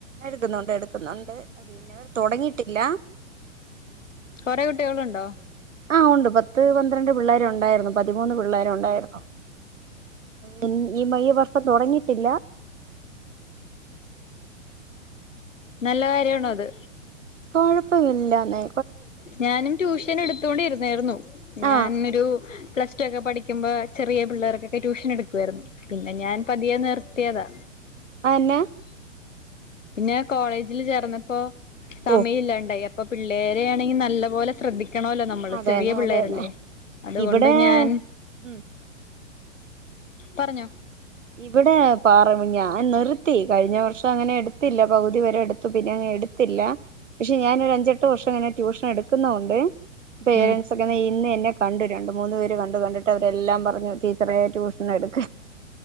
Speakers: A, on the right; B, on the left.
A: എടുക്കുന്നുണ്ട് എടുക്കുന്നുണ്ട് അത് ഇന്നവ തുടങ്ങിട്ടില്ല
B: കൊറെ കുട്ടികളുണ്ടോ
A: ആഹ് ഉണ്ട് പത്ത് പന്ത്ര ന്ത്രണ്ട് പിള്ളേരു ഉണ്ടായിരുന്നു പതിമൂന്ന് പിള്ളേരു ഉണ്ടായിരുന്നു ഈ ഈ വർഷം തുടങ്ങിട്ടില്ല
B: നല്ല കാര്യമാണ് അത്
A: കുഴപ്പമില്ലാന്നേ
B: ഞാനും ട്യൂഷൻ എടു തൊണ്ടിരുന്നായിരുന്നു ഞാൻ
A: ആ
B: ഒരു പ്ലസ്ടു ഒക്കെ പഠിക്കുമ്പോ ചെറിയ പിള്ളേർക്കെക്കെ ട്യൂഷൻ എടുത്ത് ക്കുവാരുന്നു പിന്നെ ഞാൻ പതിയെ നിർ ത്തിയതാ
A: അ എന്നാ
B: പിന്നെ കോളേജില് ചേർന്നപ്പോ സമയം
A: ഓ
B: ഇല്ലാണ്ടായി അപ്പൊ പിള്ളേരെ ആണെങ്കിൽ നല്ല പോലെ ശ്രദ്ധി ത്തണോല്ലോ നമ്മള്
A: അതെന്നെ
B: ചെറിയ പിള്ളേരല്ലേ
A: അതെന്നെ
B: അതുകൊണ്ട്
A: ഇവിടെ
B: ഞാൻ
A: ഉം
B: പറഞ്ഞോ
A: ഇവിടെ പാറ ഞാൻ നിർത്തി കഴിഞ്ഞ വർഷം അങ്ങനെ എടുത്തില്ല പകുതി വരെ എടുത്തു പിന്നെ അങ്ങനെ ങ്ങ് എടുത്തില്ല പക്ഷെ ഞാാനൊ അഞ്ചെട്ട് വർഷം അങ്ങനെ ട്യൂഷൻ എടുക്കുന്നൊണ്ട് പേരൻ്റ്സ്
B: ഉം
A: ഒക്കതെ ഇന്ന് എ ന്നെ കണ്ടു രണ്ട് മൂന്ന് പേര് കണ്ടു കണ്ടിട്ട് അവരെല്ലാം പറഞ്ഞു ടീച്ചറെ ട്യൂഷൻ എടുക്ക്